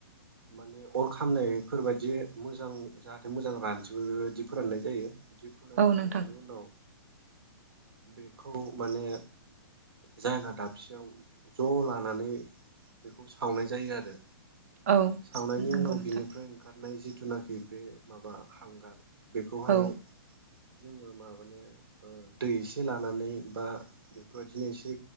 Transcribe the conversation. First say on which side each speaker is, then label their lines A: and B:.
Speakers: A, on the right; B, on the right.
A: माने अर खामनायफोरबायदि मोजां जाहाथे मोजां रानजोबो बेबायदि फोराननाय जायो। बिदि फोरानखांनायनि
B: औ नोंथां
A: उनाव बेखौ माने जायगा दाबसेयाव ज' लानानै बेखौ सावनाय जायो आरो।
B: औ
A: सावनायनि
B: नंगौ
A: उनाव
B: नोंथां
A: बिनिफ्राय ओंखार नाय जिथुनाखि बे माबा हांगार बेखौहाय
B: औ
A: जोङो माबानो दै एसे लानानै बा बेफोरबायदिनो एसे